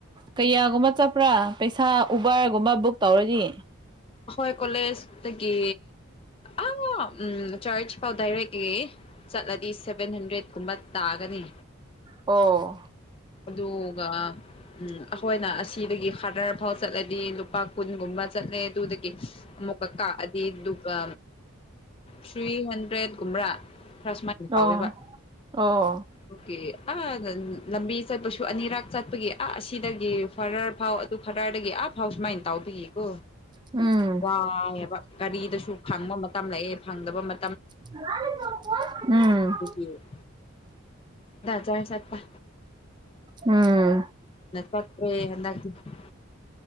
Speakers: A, on the right; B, on the left.
A: ꯀꯌꯥꯒꯨꯝꯕ ꯆꯠꯄ꯭ꯔꯥ ꯄꯩꯁꯥ ꯎꯕꯔꯒꯨꯝꯕ ꯕꯨꯛ ꯇꯧꯔꯗꯤ
B: ꯍꯣꯏ ꯀꯣꯂꯦꯖꯇꯒꯤ ꯑ ꯎꯝ ꯆ꯭ꯔꯁ ꯐꯎ ꯗꯥꯢꯔꯦꯛꯂꯤ ꯆꯠꯂꯗꯤ ꯁꯦꯚꯦꯟ ꯍꯟꯗ꯭ꯔꯦꯠꯀꯨꯝꯕ ꯇꯥꯒꯅꯤ
A: ꯑꯣ
B: ꯑꯗꯨꯒ ꯎꯝ ꯑꯩꯈꯣꯏꯅ ꯑꯁꯤꯗꯒꯤ ꯍꯗꯔꯐꯥꯎ ꯆꯠꯂꯗꯤ ꯂꯨꯄꯥ ꯀꯨꯟꯒꯨꯝꯕ ꯆꯠꯂꯦ ꯑꯗꯨꯗꯒꯤ ꯑꯃꯨꯛꯀꯛ ꯑꯗꯤ ꯑꯗꯨꯒ ꯊ꯭ꯔꯤ ꯍꯟꯗ꯭ꯔꯦꯠꯀꯨꯝꯕ꯭ꯔꯥ ꯈꯔ ꯁꯨꯃꯥꯏꯅ
A: ꯑꯣ
B: ꯇꯧꯋꯦꯕ
A: ꯑꯣ
B: ꯑꯣꯀꯦ ꯑ ꯂꯝꯕꯤ ꯆꯠꯄꯁꯨ ꯑꯅꯤꯔꯛ ꯆꯠꯄꯒꯤ ꯑ ꯑꯁꯤꯗꯒꯤ ꯐꯔꯔ ꯐꯥꯎ ꯑꯗꯨ ꯐꯔꯔꯗꯒꯤ ꯑꯞ ꯐꯥꯎ ꯁꯨꯃꯥꯏꯟ ꯇꯥꯎꯕꯒꯤꯀꯣ
A: ꯎꯝ
B: ꯋꯥꯏꯑꯦꯕ ꯀꯔꯤꯗꯁꯨ ꯐꯪꯕ ꯃꯇꯝ ꯂꯩꯑꯦ ꯐꯪꯗꯕ ꯃ
A: <unintelligible> ꯎꯝ
B: <unintelligible> ꯆ꯭ꯔꯁꯠ ꯆꯥꯠꯄ
A: ꯎꯝ
B: ꯅ ꯆꯠꯇ꯭ꯔꯦ <unintelligible>